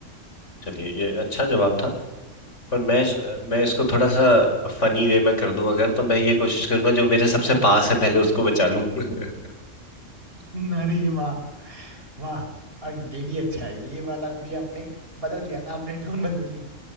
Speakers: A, on the left (about 65°); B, on the right (about 45°).
A: चलिए ये अच्छा जवाब था पर मैं मैं इसको थोड़ा सा फनी वे में कर दूं अगर तो मैं ये कोशिश करूंगा जो मेरे सबसे पास है पहले उसको बचा लूं <laughs>
B: हम्म, अरे ये वाह वाह अ, ये भी अच्छा है ये वाला भी आपने बदल दिया ना आपने टोन बदल दी